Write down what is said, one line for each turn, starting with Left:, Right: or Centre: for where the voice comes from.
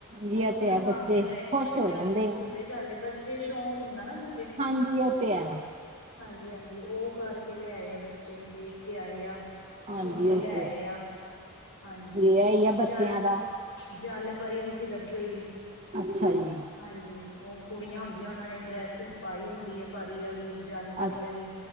Right: ਜੀ ਇਹ
Left: ਉਹ
Right: ਤੇ
Left: ਦਿਖਾ
Right: ਹੈ ਬੱਚੇ
Left: ਕੇ ਲਿਆਏ ਸੀ
Right: ਖੁਸ਼
Left: ਬੱਚਿਆਂ
Right: ਹੋ ਜਾਂਦੇ
Left: ਨੂੰ, ਝੂਲੇ
Right: ਆ
Left: ਚਾਲੇ ਬੱਚੇ ਜੇ ਸ਼ੌਕ ਹੁੰਦਾ ਨਾ ਬ
Right: ਹਾਂਜੀ ਉਹ ਤੇ ਐ।
Left: ਹਾਂਜੀ ਹਾਂਜੀ, ਉਹ ਕਰਕੇ ਲਿਆਏ ਆ ਬੱਚੇ, ਦੇਖ ਕੇ ਆਏ ਆ
Right: ਹਾਂਜੀ
Left: ਝੂਲੇ
Right: ਉਹ
Left: ਲਿਆਏ
Right: ਤੇ ਹੈ
Left: ਆ। <unintelligible> ਹਾਂਜੀ।
Right: ਇਹ ਹੀ ਆ ਬੱਚਿਆਂ
Left: ਜਲ,
Right: ਦਾ
Left: ਜਲ ਪਰੀ ਵੀ ਸੀ ਲੱਗੀ ਹੋਈ।
Right: ਅੱਛਾ ਜੀ।
Left: ਹਾਂਜੀ, ਉਹ ਕੁੜੀਆਂ ਹੁੰਦੀਆਂ ਉਹਨਾਂ ਨੇਂ ਡਰੈਸਿਸ ਪਾਈ ਹੁੰਦੀ ਏ, ਪਰੀ ਆਲੀ ਜਲ ਪਰੀ
Right: ਅ
Left: ਆਲੀ।